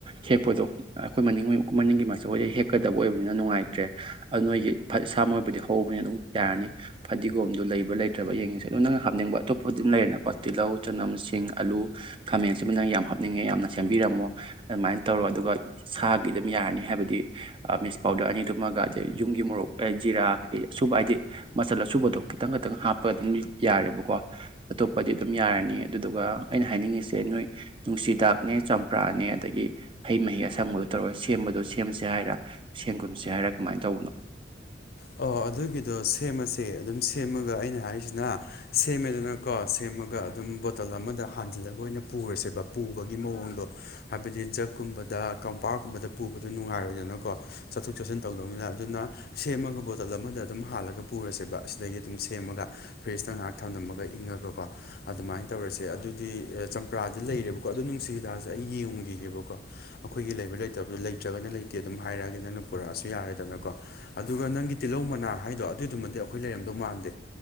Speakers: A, on the right; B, on the left.
A: ꯍꯦꯛꯄꯗꯣ ꯑꯩꯈꯣꯏ ꯃꯅꯤꯡ ꯃꯅꯤꯡꯒꯤ ꯃꯆ ꯑꯩꯣꯏꯗ ꯍꯦꯛꯀꯗꯕ ꯑꯣꯏꯕꯅꯤꯅ ꯅꯨꯡꯉꯥꯏꯇ꯭ꯔꯦ꯫ ꯑꯗꯨ ꯅꯣꯏꯒꯤ ꯏꯁꯥꯃꯛꯣꯏꯕꯨꯗꯤ ꯍꯧꯕꯅꯤ ꯑꯗꯨꯝ ꯌꯥꯔꯅꯤ꯫ ꯐꯗꯤꯒꯣꯝꯗꯨ ꯂꯩꯕ꯭ꯔ ꯂꯩꯇ꯭ꯔꯕ ꯌꯦꯡꯉꯤꯁꯦ ꯑꯗꯣ ꯅꯪꯅ ꯍꯥꯞꯅꯤꯡꯕ ꯑꯇꯣꯞꯄ ꯑꯗꯨꯝ ꯂꯩꯔꯦꯅꯀꯣ ꯇꯤꯜꯍꯧ ꯆꯅꯝꯁꯤꯡ ꯑꯂꯨ ꯈꯥꯃꯦꯟꯁꯤꯕꯨ ꯅꯪ ꯌꯥꯝ ꯍꯥꯞꯅꯤꯡꯉꯦ ꯌꯥꯝꯅ ꯁꯦꯝꯕꯤꯔꯝꯃꯣ ꯑꯗꯨꯃꯥꯏꯅ ꯇꯧꯔꯣ ꯑꯗꯨꯒ ꯁꯥꯒꯤ ꯑꯗꯨꯝ ꯌꯥꯔꯅꯤ ꯍꯥꯏꯕꯗꯤ ꯃꯤꯁ ꯄꯥꯎꯗꯔ ꯑꯅꯤꯗꯨꯝꯃꯒ ꯑꯗꯩ ꯌꯨꯝꯒꯤ ꯃꯣꯔꯣꯛ ꯖꯤꯔꯥ ꯑꯁꯨꯕ ꯍꯥꯏꯗꯤ ꯃꯆꯜ ꯑꯁꯨꯕꯗꯣ ꯈꯤꯇꯪ ꯈꯤꯇꯪ ꯍꯥꯞꯄ ꯑꯗꯨꯝ ꯌꯥꯔꯦꯕꯀꯣ ꯑꯇꯣꯞꯄꯗꯤ ꯑꯗꯨꯝ ꯌꯥꯔꯅꯤ ꯑꯗꯨꯗꯨꯒ ꯑꯩꯅ ꯍꯥꯏꯅꯤꯡꯉꯤꯁꯦ ꯅꯣꯏ ꯅꯨꯡꯁꯤꯗꯥꯛ ꯅꯦ ꯆꯝꯄ꯭ꯔꯥꯅꯦ ꯑꯗꯒꯤ ꯍꯩ ꯃꯍꯩ ꯑꯁꯪꯕꯗꯣ ꯇꯧꯔꯒ ꯁꯦꯝꯕꯗꯣ ꯁꯦꯝꯁꯦ ꯍꯥꯏꯔ ꯁꯦꯝꯒꯨꯝꯁꯦ ꯍꯥꯏꯔꯥ ꯀꯃꯥꯏꯅ ꯇꯧꯕꯅꯣ
B: ꯑꯣ ꯑꯗꯨꯒꯤꯗꯣ ꯁꯦꯝꯃꯁꯦ ꯑꯗꯨꯝ ꯁꯦꯝꯃꯒ ꯑꯩꯅ ꯍꯥꯏꯔꯤꯁꯤꯅ ꯁꯦꯝꯃꯦꯗꯅꯀꯣ ꯁꯦꯝꯃꯒ ꯑꯗꯨꯝ ꯕꯣꯇꯜ ꯑꯃꯗ ꯍꯟꯖꯤꯜꯂꯒ ꯑꯣꯏꯅ ꯄꯨꯔꯁꯦꯕ ꯄꯨꯕꯒꯤ ꯃꯑꯣꯡꯗꯣ ꯍꯥꯏꯕꯗꯤ ꯖꯛꯀꯨꯝꯕꯗ ꯀꯝꯄꯥꯛꯀꯨꯝꯕꯗ ꯄꯨꯕꯗꯣ ꯅꯨꯡꯉꯥꯏꯔꯣꯏꯗꯅꯀꯣ ꯆꯠꯊꯣꯛ ꯆꯠꯁꯤꯟ ꯇꯧꯗꯧꯅꯤꯅ ꯑꯗꯨꯅ ꯁꯦꯝꯃꯒ ꯕꯣꯇꯜ ꯑꯃꯗ ꯑꯗꯨꯝ ꯍꯥꯜꯂꯒ ꯄꯨꯔꯁꯦꯕ ꯑꯁꯤꯗꯒꯤ ꯑꯗꯨꯝ ꯁꯦꯝꯃꯒ ꯐ꯭ꯔꯤꯖꯇ ꯉꯥꯏꯍꯥꯛ ꯊꯝꯂꯝꯃꯒ ꯏꯪꯉꯒꯀꯣ ꯑꯗꯨꯃꯥꯏꯅ ꯇꯧꯔꯁꯦ ꯑꯗꯨꯗꯤ ꯆꯝꯄ꯭ꯔꯥꯗꯤ ꯂꯩꯔꯦꯕꯀꯣ ꯑꯗꯣ ꯅꯨꯡꯁꯤ ꯍꯤꯗꯥꯛꯁꯦ ꯑꯩ ꯌꯦꯡꯈꯤꯒꯦꯕꯀꯣ ꯑꯩꯈꯣꯏꯒꯤ ꯂꯩꯕ ꯂꯩꯇꯕꯗ ꯂꯩꯇ꯭ꯔꯒꯅ ꯂꯩꯇꯦ ꯑꯗꯨꯝ ꯍꯥꯏꯔꯛꯑꯒꯦ ꯅꯪꯅ ꯄꯨꯔꯛꯑꯁꯨ ꯌꯥꯔꯦꯗꯅꯀꯣ ꯑꯗꯨꯒ ꯅꯪꯒꯤ ꯇꯤꯜꯍꯧ ꯃꯅꯥ ꯍꯥꯏꯗꯣ ꯑꯗꯨꯒꯤꯗꯨꯃꯗꯤ ꯑꯩꯈꯣꯏ ꯂꯩꯔꯝꯗꯧ ꯃꯥꯟꯗꯦ